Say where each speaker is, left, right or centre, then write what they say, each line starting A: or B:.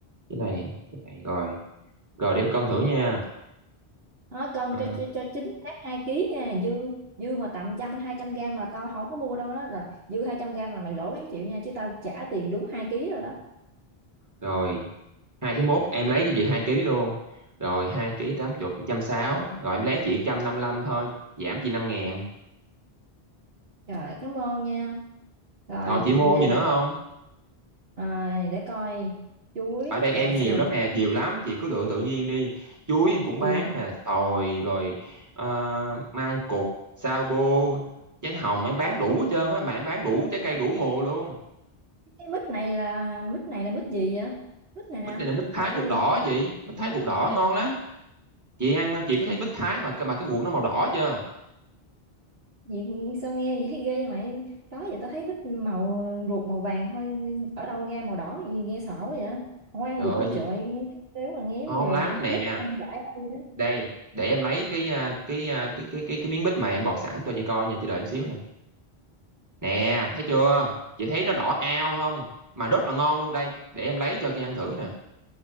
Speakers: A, on the right; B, on the right.
A: cái này cái này rồi rồi để em cân thử nha
B: nó cân
A: Ờ,
B: cho, cho cho chính xác hai ký nha dư dư mà tầm trăm hai trăm gram là tao không có mua đâu đó là dư hai trăm gram là mày lỗ gắng chịu nha chứ tao trả tiền đúng hai ký rồi đó
A: rồi hai ký mốt em lấy cho chị hai ký luôn rồi hai ký tám chục trăm sáu rồi em lấy chị trăm năm mươi lăm thôi giảm chị năm ngàn
B: trời cảm ơn nha rồi
A: rồi chị mua
B: về
A: gì
B: mà
A: nữa không
B: À, để coi chuối
A: ở đây em
B: trời ơi,
A: nhiều
B: sao mày
A: lắm
B: biết
A: nè nhiều lắm chị cứ lựa tự nhiên đi chuối em cũng
B: cái
A: bán
B: gì
A: nè xoài rồi ờ, măng cụt sao bô trái hồng em bán đủ hết trơn á mà em bán đủ trái cây đủ mùa luôn
B: cái mít này là mít này là mít gì vậy mít này nè
A: mít này là mít thái
B: sao
A: ruột
B: nhìn
A: đỏ chị mít thái ruột đỏ ngon lắm chị ăn chị có thấy mít thái mà mà cái ruột nó màu đỏ chưa
B: gì sao nghe gì thấy ghê vậy mày đó giờ tao thấy mít màu ruột màu vàng thôi nhưng ở đâu ra màu đỏ gì nghe sợ quá vậy không ăn
A: trời
B: được
A: ơi
B: như trời nghe thấy thế mà nghe
A: ngon
B: giống như là
A: lắm nè
B: mít ăn dại đâu vậy
A: đây để em lấy cái à, cái à, cái cái cái cái miếng bít mà em gọt sẵn cho chị coi nha chị đợi em xíu nè nè thấy chưa chị thấy nó đỏ ao không mà rất là ngon luôn đây để em lấy cho chị ăn thử nè